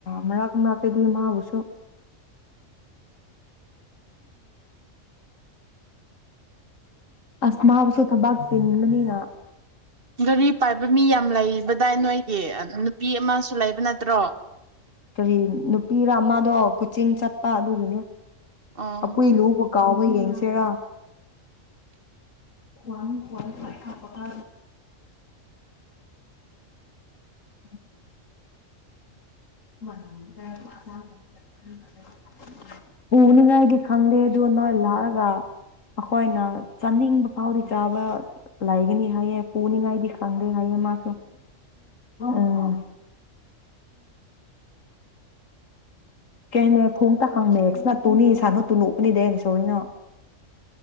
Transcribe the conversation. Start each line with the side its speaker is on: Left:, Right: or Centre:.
Left: ꯃ ꯅꯥ ꯀꯦꯗꯤ ꯃꯥꯕꯨꯁꯨ ꯑꯁ ꯃꯥꯎꯁꯨꯣ ꯊꯕꯥꯛꯇꯦꯅꯤꯗꯅꯤꯅ
Right: ꯒꯥꯔꯤ ꯄꯥꯏꯕ ꯃꯤ ꯌꯥꯝ ꯂꯩꯕꯗꯥꯏ ꯅꯣꯏꯒꯤ ꯅꯨꯄꯤ ꯑꯃꯁꯨ ꯂꯩꯕ ꯅꯠꯇ꯭ꯔꯣ
Left: ꯀꯔꯤ ꯅꯨꯄꯤꯔ ꯑꯃꯗꯣ ꯀꯨꯆꯤꯡ ꯆꯠꯄ ꯑꯗꯨꯒꯤꯅꯦ
Right: ꯑꯣ
Left: ꯑꯣꯏ ꯂꯨ ꯄ ꯀꯥꯎꯕ ꯌꯦꯡꯁꯤꯦꯔꯥ ꯋꯥꯡ ꯀꯋꯥ ꯄꯄ <inaudible> <inaudible> ꯎꯅꯤꯡꯉꯥꯏꯗꯤ ꯈꯪꯗꯦ ꯑꯗꯨ ꯅꯣꯣꯏ ꯂꯑꯒ ꯑꯩꯈꯣꯏꯅ ꯆꯥꯅꯤꯡꯕ ꯐꯥꯎꯗꯤ ꯆꯥꯕ ꯂꯩꯒꯅꯤ ꯍꯥꯏꯌꯦ ꯄꯨꯅꯤꯡꯉꯥꯏꯗꯤ ꯈꯪꯗꯦ ꯍꯥꯏꯌꯦ ꯃꯥꯁꯨ ꯎꯝ ꯀꯅꯦ ꯐꯣꯡ ꯇ ꯍꯪ ꯃꯦꯛꯁꯅ ꯇꯨꯅꯤ ꯁꯥꯟꯅꯣ ꯇꯨꯅꯨ ꯎꯄꯅꯤꯗꯦꯅ ꯁꯣꯏꯅ